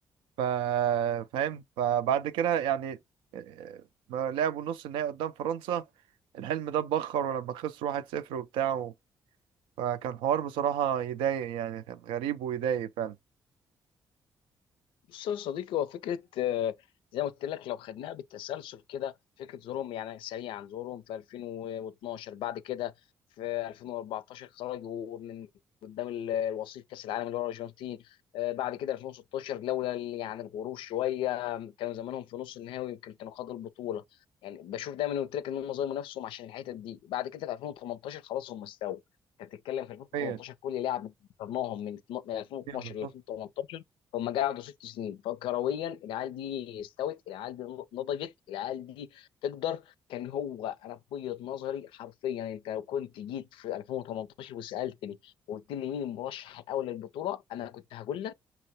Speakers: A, on the right (about 80°); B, on the left (about 75°).
A: ف فاهم فبعد كده يعني آه، ما لعبوا نص النهائي قدام فرنسا الحلم ده اتبخر ولما خسروا 1-0 وبتاع فكان حوار بصراحة يضايق يعني كان غريب ويضايق فعلا
B: بص يا صديقي هو فكره آه، زي ما قلت لك لو خدناها بالتسلسل كده فكره ظهورهم يعني سريعا ظهورهم في 2012 بعد كده في 2014 خرجوا من قدام ال- الوصيف كاس العالم اللي هو الارجنتين آه، بعد كده 2016 لولا ال- يعني الغرور شويه كانوا زمانهم في نص النهائي ويمكن كانوا خدوا البطوله يعني بشوف دايما قلت لك ان هم ظلموا نفسهم عشان الحته دي بعد كده في 2018 خلاص هم استووا انت بتتكلم في 2018
A: أيوة،
B: كل لاعب قارناهم من اتنا- من 2012
A: أيوة، بالظبط
B: ل 2018 هم قعدوا ست سنين فكرويا العيال دي استوت العيال دي نضجت العيال دي تقدر كان هو انا في وجهه نظري حرفيا انت لو كنت جيت في 2018 وسالتني وقلت لي مين المرشح الاول للبطوله انا كنت هقول لك